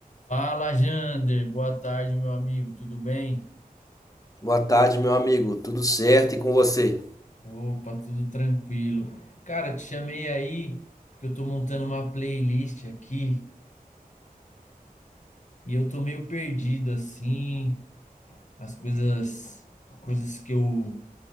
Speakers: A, on the left; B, on the left.
A: Fala, Jander. Boa tarde, meu amigo. Tudo bem?
B: Boa tarde, meu amigo. Tudo certo e com você?
A: Opa, tudo tranquilo. Cara, te chamei aí porque eu tô montando uma playlist aqui e eu tô meio perdido assim. As coisas, coisas que eu